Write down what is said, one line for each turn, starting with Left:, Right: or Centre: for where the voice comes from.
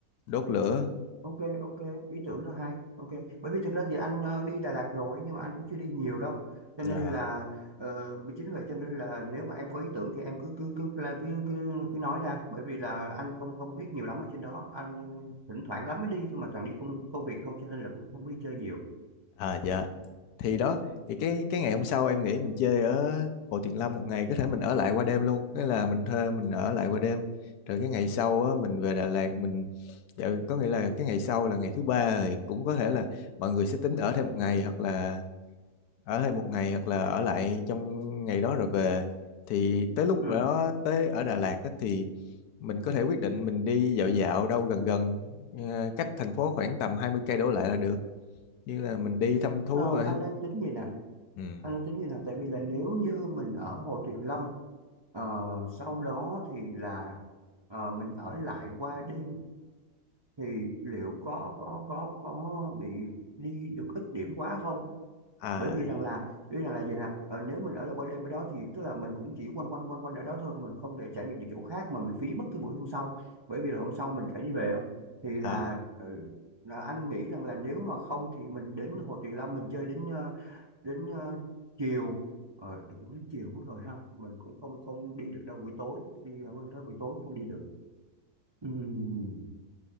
Left: đốt lửa
Right: ok ok ý tưởng đó hay ok bởi vì thực ra thì anh ờ, đi Đà Lạt rồi nhưng mà anh cũng chưa đi nhiều đâu cho
Left: Dạ.
Right: nên là ờ, chính vì vậy cho nên là nếu mà em có ý tưởng thì em cứ cứ cứ cứ cứ, cứ, cứ nói ra bởi vì là anh không không biết nhiều lắm ở trên đó anh thỉnh thoảng lắm mới đi thôi mà toàn đi công công việc không cho nên là cũng không có đi chơi nhiều
Left: À dạ. Thì đó, thì cái cái ngày hôm sau em nghĩ mình chơi ở Hồ Tuyền Lâm một ngày có thể mình ở lại qua đêm luôn, nghĩa là mình thuê mình ở lại qua đêm. Rồi cái ngày sau á, mình về Đà Lạt mình dạ, có nghĩa là cái ngày sau là ngày thứ ba thì cũng có thể là mọi người sẽ tính ở thêm một ngày hoặc là ở thêm một ngày hoặc là ở lại trong ngày đó rồi về. Thì tới lúc
Right: ừ.
Left: đó tới ở Đà Lạt á, thì mình có thể quyết định mình đi dạo dạo đâu gần gần ờ, cách thành phố khoảng tầm 20 cây đổ lại là được như là mình đi thăm thú
Right: Ờ, anh đang tính gì nè
Left: ừ
Right: anh đang tính gì nè tại vì là nếu như mình ở Hồ Tuyền Lâm ờ, sau đó thì là ờ, mình ở lại qua đêm thì liệu có có có có bị đi được ít điểm quá không
Left: à
Right: bởi vì rằng là ý rằng là vậy nè ờ, nếu mình ở lại qua đêm ở đó thì tức là mình cũng chỉ quanh quanh quanh quanh ở đó thôi còn mình không để trải nghiệm những chỗ khác mà mình phí mất cái buổi hôm sau bởi vì là hôm sau mình phải đi về không thì là,
Left: à
Right: ừ, là anh nghĩ rằng là nếu mà không thì mình đến Hồ Tuyền Lâm mình chơi đến ờ, đến ờ, chiều ờ, cũng đến chiều mất rồi ha mình cũng không không đi được đâu buổi tối đi ờ, bên đó buổi tối cũng không đi được Ừm.